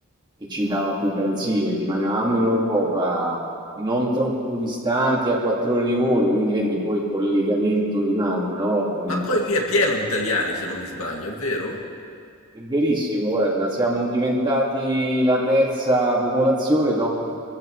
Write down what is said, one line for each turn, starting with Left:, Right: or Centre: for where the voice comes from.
Right: che ci dava più garanzie. Rimanevamo in Europa, non troppo distanti, a 4 ore di volo, quindi vedi che poi il collegamento rimane, no, con
Left: Ma poi lì è pieno di italiani, se non mi sbaglio, è vero?
Right: è verissimo, guarda, siamo diventati la terza popolazione dopo...